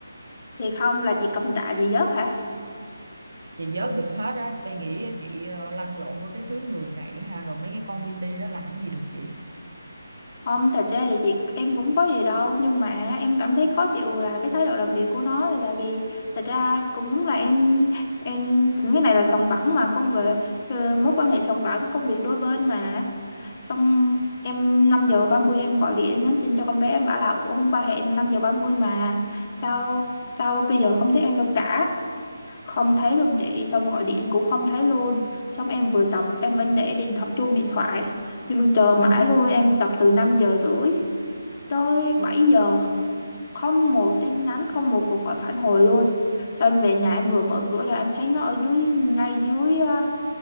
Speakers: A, on the left; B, on the right.
A: thì không là chị cầm tạ gì giấc hả
B: Chị vớt được hết á, bay nghĩ chị ờ, lăn lộn với cái xứ người này ha rồi mấy cái con PT đó làm gì được chị.
A: không thật ra thì chị em cũng có gì đâu nhưng mà em cảm thấy khó chịu là cái thái độ làm việc của nó là tại vì thật ra cũng đúng là em em cái này là sòng phẳng mà công việc ờ, mối quan hệ sòng phẳng công việc đôi bên mà xong em 5 giờ 30 em gọi điện nhắn tin cho con bé em bảo là Ủa, hôm qua hẹn 5 giờ 30 mà sao sao bây giờ không thấy em đâu cả không thấy luôn chị xong gọi điện cũng không thấy luôn xong em vừa tập em vẫn để điện thoại chuông điện thoại nhưng mà chờ mãi luôn em tập từ 5 giờ rưỡi tới 7 giờ không một tin nhắn không một cuộc gọi phản hồi luôn xong em về nhà em vừa mở cửa ra em thấy nó ở dưới ngay dưới à,